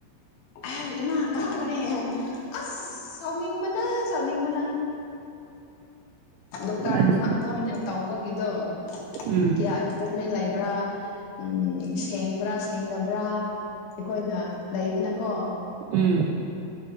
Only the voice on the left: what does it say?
ꯑꯩ ꯏꯃꯥ ꯀꯥꯎꯈ꯭ꯔꯦ ꯍꯥꯏ ꯑꯁ ꯁꯥꯎꯅꯤꯡꯕꯅꯥ ꯁꯥꯎꯅꯤꯡꯕꯅ ꯗꯣꯛꯇꯔꯅ
ꯅꯣꯏꯅ ꯇꯧꯕꯒꯤꯗꯣ
ꯀꯌꯥ ꯏꯟ ꯃꯦꯟ ꯂꯩꯕ꯭ꯔꯥ ꯎꯝ ꯁꯦꯡꯕ꯭ꯔꯥ ꯁꯦꯡꯗꯕ꯭ꯔꯥ ꯑꯩꯈꯣꯏꯅ ꯂꯩꯗꯅꯀꯣ